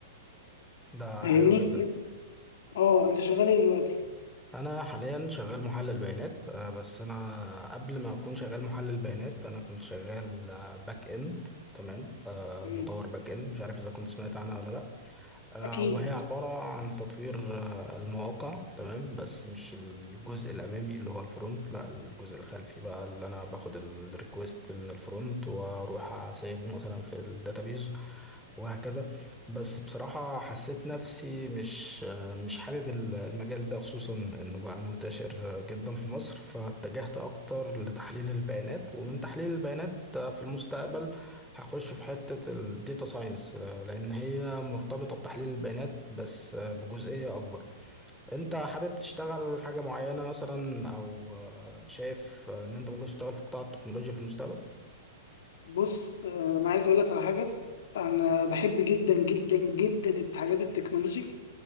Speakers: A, in the centre; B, on the left (about 60°).
A: ده
B: فاهمني
A: حلو جدا
B: اه انت شغال ايه دلوقتي
A: انا حاليا شغال محلل بيانات آه، بس انا قبل ما اكون شغال محلل بيانات انا كنت شغال آه، باك اند تمام آه،
B: مم.
A: مطور باك اند مش عارف اذا كنت سمعت عنها ولا لا آه،
B: اكيد
A: وهي عبارة عن تطوير آه، المواقع تمام بس مش الجزء الأمامي اللي هو الفرونت لا الجزء الخلفي بقى اللي أنا باخد الريكوست من الفرونت وأروح أسيبه مثلا في الداتابيز وهكذا بس بصراحة حسيت نفسي مش آه، مش حابب ال- المجال ده خصوصا إنه بقى منتشر جدا في مصر فاتجهت أكتر لتحليل البيانات ومن تحليل البيانات آه، في المستقبل هخش في حتة الديتا ساينس لأن هي مرتبطة بتحليل البيانات بس بجزئية أكبر أنت حابب تشتغل حاجة معينة مثلا أو شايف إن أنت ممكن تشتغل في قطاع التكنولوجيا في المستقبل
B: بص آه، انا عايز اقول لك على حاجه انا بحب جدا جدا جدا الحاجات التكنولوجي